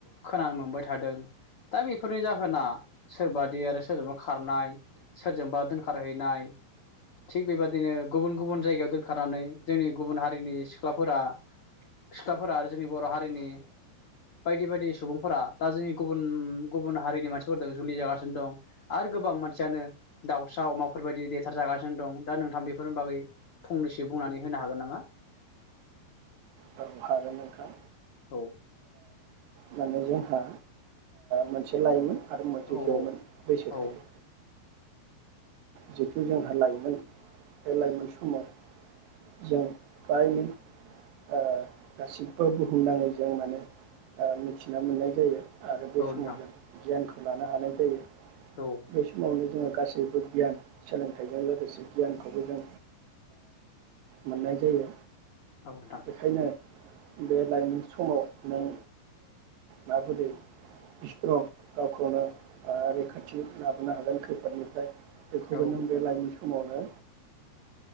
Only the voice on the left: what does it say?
खोनानो मोनबाय थादों दा बेफोरनि जाहोना सोरबादि आरो सोरजोंबा खारनाय सोरजोंबा दोनखारहैनाय थिग बेबादिनो गुबुन गुबुन जायगायाव दोनखानानै जोंनि गुबुन हारिनि सिख्लाफोरा सिख्लाफोरा आरो जोंनि बर' हारिनि बायदि बायदि सुबुंफोरा दा जोंनि गुबुन गुबुन हारिनि मानसिफोरजों जुलि जागासिनो दं आरो गोबां मानसियानो दाउसा अमाफोरबायदि देथारजागासिनो दं दा नोंथां बेफोरनि बागै फंनैसो बुंनानै होनो हागोन नामा?
औ
औ
औ
औ
औ
नोंथां
औ
<inaudible>
औ